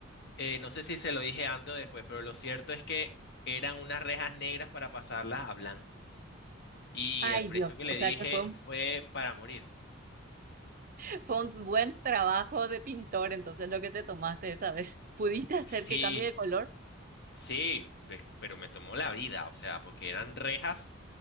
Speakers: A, on the left (about 55°); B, on the right (about 45°).
A: Eh, no sé si se lo dije antes o después, pero lo cierto es que eran unas rejas negras para pasarlas a blanco. Y
B: Ay,
A: el precio
B: Dios,
A: que le
B: o sea
A: dije
B: que fue un
A: fue para morir.
B: <laughs> Fue un buen trabajo de pintor, entonces lo que te tomaste esa vez. <laughs> ¿Pudiste hacer
A: Sí,
B: que cambie de color?
A: sí, pe- pero me tomó la vida, o sea, porque eran rejas